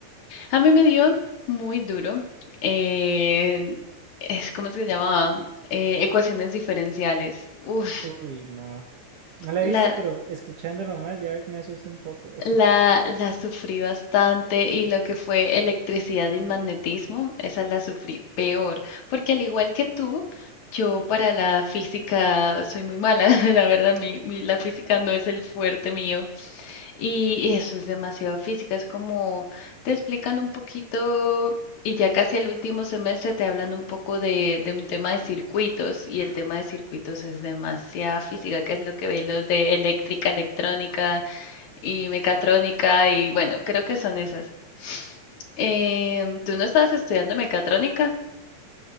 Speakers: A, on the left (about 65°); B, on the right (about 85°).
A: A mí me dio muy duro, eh, es, ¿cómo se llamaba? Eh, ecuaciones diferenciales. Uf,
B: Uy, no. No la
A: la,
B: he visto, pero escuchando nomás ya me asusta un poco.
A: La,
B: <laughs>
A: la sufrí bastante y lo que fue electricidad y magnetismo, esa la sufrí peor, porque al igual que tú, yo para la física soy muy mala, <laughs> la verdad, mi, mi- la física no es el fuerte mío y, eso es demasiado física, es como te explican un poquito y ya casi al último semestre te hablan un poco de, de un tema de circuitos y el tema de circuitos es demasiada física, que es lo que ve los de eléctrica, electrónica y mecatrónica y bueno, creo que son esas. Em, ¿tú no estabas estudiando mecatrónica?